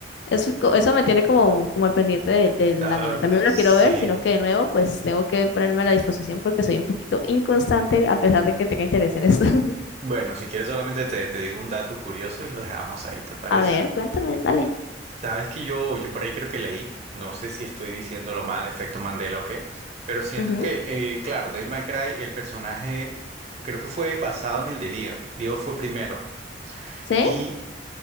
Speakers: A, on the left; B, on the right.
A: eso, es co- eso me tiene como, como al pendiente de- del
B: Ah,
A: anime. También
B: sí.
A: lo quiero ver, sino que de nuevo pues tengo que ponerme a la disposición porque soy un poquito inconstante a pesar de que tenga interés en eso <laughs>
B: Bueno, si quieres solamente te, te digo un dato curioso y lo dejamos ahí, ¿te parece?
A: A ver, cuéntame, dale.
B: Sabes que yo, yo por ahí creo que leí, no sé si estoy diciéndolo mal, efecto Mandela o qué, pero siento
A: Ujú,
B: que, eh, claro, Devil May Cry, el personaje creo que fue basado en el de Leon. Dio fue primero.
A: ¿Sí?
B: Y,